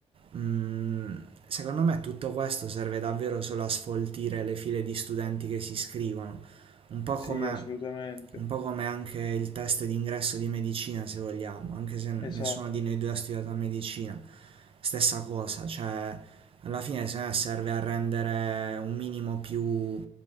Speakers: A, on the right; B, on the left.
A: mm, secondo me tutto questo serve davvero solo a sfoltire le file di studenti che si iscrivono, un po'
B: Sì,
A: come
B: assolutamente.
A: un po' come anche il test d'ingresso di medicina se vogliamo, anche se
B: Esatto.
A: nessuno di noi due ha studiato medicina, stessa cosa, cioè alla fine se no, serve a rendere un minimo più,